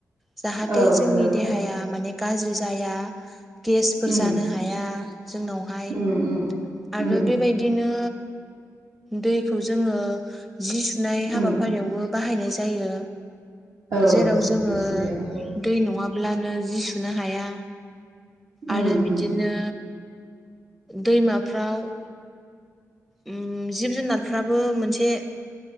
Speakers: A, in the centre; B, on the right.
A: जाहाथे
B: औ
A: जोंनि
B: नंगौ
A: देहाया
B: थारैनो
A: माने गाज्रि जाया। गेसफोर
B: उम
A: जानो हाया जोंनावहाय।
B: उम उम
A: आरो
B: उम
A: बेबायदिनो दैखौ जोङो जि सुनाय हाबाफारियावबो
B: उम
A: बाहायनाय जायो।
B: औ
A: जेराव जोङो
B: जि सुनायाव औ
A: दै नङाब्लानो जि सुनो हाया
B: उम
A: आरो
B: उम
A: बिदिनो दैमाफ्राव उम जिब जुनार फ्राबो मोनसे